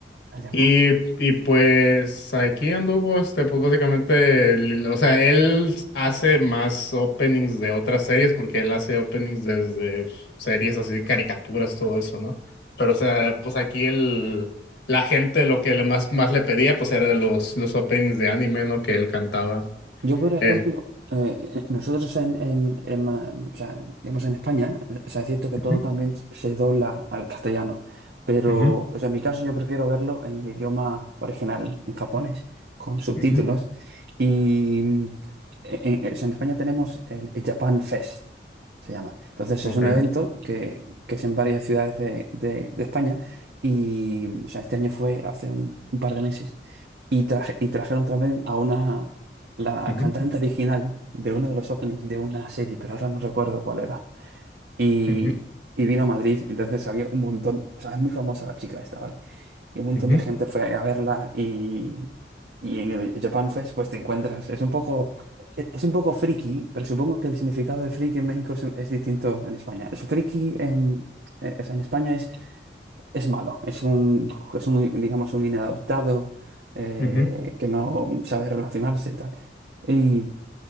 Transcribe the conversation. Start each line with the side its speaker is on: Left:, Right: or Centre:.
Right: Allá en
Left: Y, y pues aquí anduvo, este, pues básicamente, el- o sea, él hace más openings de otras series porque él hace openings desde series así, caricaturas, todo eso, ¿no? Pero, o sea, pues aquí el, la gente lo que le más, más le pedía, pues era los, los openings de anime, ¿no? Que él cantaba.
Right: Yo, por ejemplo,
Left: Eh.
Right: eh, eh, nosotros en, en, en Ma- o sea, digamos en España, eh, o sea, es cierto que todo
Left: Ujú,
Right: también se dobla al castellano, pero
Left: ujú,
Right: o sea, en mi caso yo prefiero verlo en el idioma original, en japonés, con subtítulos.
Left: ujú,
Right: Y mm, en, en- o sea, en España tenemos el, el Japan Fest, se llama. Entonces
Left: ok,
Right: es un evento que, que es en varias ciudades de, de- de España y o sea, este año fue hace un un par de meses y, traje- y trajeron también a una, la
Left: ujú,
Right: cantante original de uno de los openings de una serie, pero ahora no recuerdo cuál era. Y,
Left: ujú,
Right: y vino a Madrid, entonces había un montón, o sea, es muy famosa la chica esta, ¿vale? Y un montón
Left: ujú,
Right: de gente fue a verla y, y en el Japan Fest pues te encuentras, es un poco, e- es un poco friki, pero supongo que el significado de friki en México es, es distinto en España. Es friki en, eh, o sea, en España es, es malo, es un, es un, digamos, un inadaptado eh,
Left: ujú,
Right: que no sabe relacionarse y tal. Y